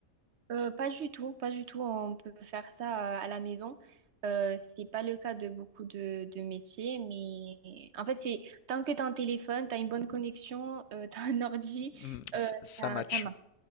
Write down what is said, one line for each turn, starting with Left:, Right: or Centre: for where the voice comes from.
Right: Euh, pas du tout, pas du tout. On peut faire ça euh, à la maison. Euh, c'est pas le cas de beaucoup de, de métiers, mais en fait, c'est tant que t'as un téléphone, t'as une bonne connexion, euh, t'as un ordi,
Left: Hmm, ça,
Right: euh,
Left: ça
Right: ça,
Left: match.
Right: ça marche.